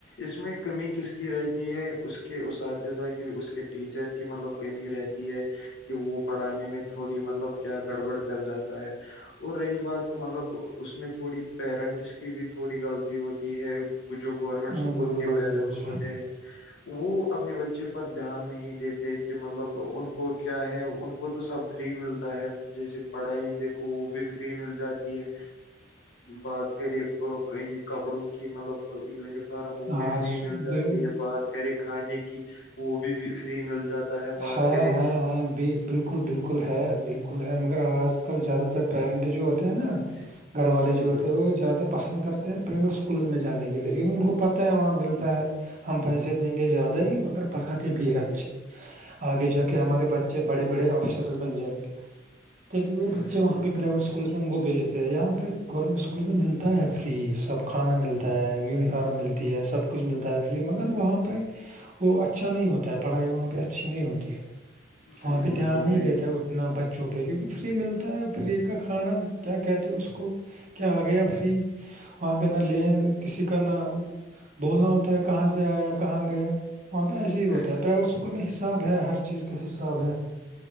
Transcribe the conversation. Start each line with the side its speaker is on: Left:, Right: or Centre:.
Left: اس میں کمی کس کی رہتی ہے اس کے اساتذہ کی اس کے ٹیچر کی مطلب کمی رہتی ہے کہ وہ پڑھانے میں تھوڑی مطلب کیا گڑبڑ کر جاتا ہے اور رہی بات مطلب اس میں تھوڑی پیرنٹس کی بھی تھوڑی غلطی ہوتی ہے جو گورنمنٹ
Right: ہوں،
Left: اسکول
Right: بالکل
Left: کے پیرنٹس
Right: بالکل
Left: ہوتے ہیں وہ اپنے بچے پر دھیان نہیں دیتے کہ مطلب ان کو کیا ہے ان کو تو سب فری ملتا ہے جیسے پڑھائی دیکھو وہ بھی فری مل جاتی ہے بات کرے کپڑوں کی مطلب یونیفارم وہ بھی
Right: آج
Left: فری مل جاتی بات کریں کھانے کی وہ بھی فری مل جاتا ہے بات
Right: ہاں
Left: کرے
Right: ہاں ہاں بھی بالکل بالکل بالکل ہے بالکل ہے مگر آج کل زیادہ تر پیرنٹ جو نا
Left: جی
Right: گھر والے جو
Left: جی
Right: ہوتے
Left: بالکل
Right: ہیں وہ زیادہ پسند کرتے ہیں پرویٹ اسکول میں جانے کے لیے کیونکہ ان کو پتہ ہے وہاں ملتا
Left: جی
Right: ہے ہم پیسے دیں گے زیادہ ہی مگر پڑھاتے بھی ہیں اچھے
Left: جی
Right: آگے جا کے
Left: جی
Right: ہمارے بچے بڑے بڑے آفیسر بن جائیںے تب وہ بچے
Left: جی
Right: وہاں
Left: بالکل
Right: پہ پرائیویٹ
Left: بھائی
Right: اسکول کو بھیجتے ہیں یہاں پہ گورنمنٹ اسکول میں ملتا ہے فری سب کھانا ملتا ہے یونیفارم ملتی ہے سب کچھ ملتا ہے فری مگر وہاں پہ وہ اچھا نہیں ہوتا ہے پڑھائی وہاں پہ اچھی نہیں ہوتی ہے وہاں
Left: جی
Right: پہ
Left: بالکل
Right: دھیان نہیں
Left: بھائی
Right: دیتا ہے اپنا بچوں پہ کیونکہ فری ملتا ہے فری کا کھانا کیا کہتے ہیں اس کو کیا آ گیا فری وہاں پہ نہ لین کسی کا نہ بولنا ہوتا کہاں سے آیا کہاں گیا وہاں پہ ایسے ہی ہوتا
Left: اس
Right: ہے پرائیویٹ اسکول اسکول میں حساب ہے ہر چیز کا حساب ہے